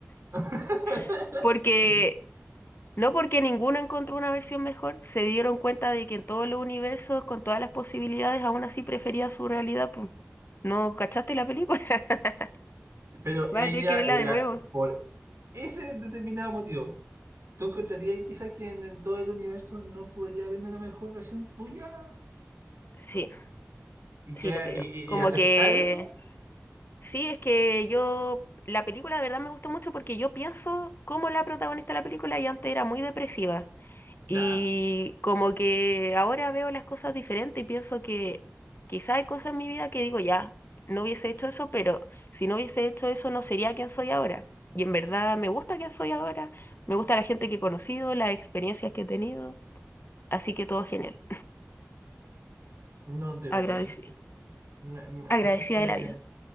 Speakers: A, on the right (about 65°); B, on the left (about 50°).
A: <laughs>
B: <laughs> Porque
A: Changos.
B: No porque ninguno encontró una versión mejor, se dieron cuenta de que en todos los universos, con todas las posibilidades, aún así prefería su realidad, pues. ¿No cachaste la película? <laughs>
A: Pero
B: Vas
A: ella
B: a tener que verla
A: era,
B: de nuevo.
A: por ese determinado motivo, ¿tú encontrarías quizás que en, en todo el universo no podría haber una mejor versión tuya?
B: Sí,
A: Y, que,
B: sí, lo creo.
A: y,
B: Como
A: y- y aceptar
B: que
A: eso,
B: sí, es que yo la película de verdad me gustó mucho porque yo pienso como la protagonista de la película y antes era muy depresiva.
A: ya,
B: Y como que ahora veo las cosas diferentes y pienso que quizá hay cosas en mi vida que digo, ya, no hubiese hecho eso, pero si no hubiese hecho eso no sería quien soy ahora. Y en verdad me gusta quien soy ahora, me gusta la gente que he conocido, las experiencias que he tenido, así que todo genial.
A: no te voy
B: Agradecida.
A: a discutir. Me- me-
B: Agradecida
A: Eso fue
B: de la vida.